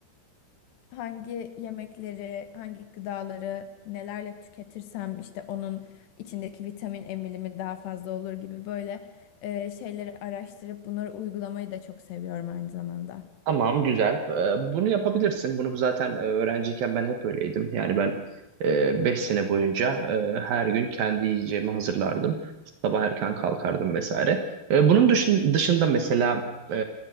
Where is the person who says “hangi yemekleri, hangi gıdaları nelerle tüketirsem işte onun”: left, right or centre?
Left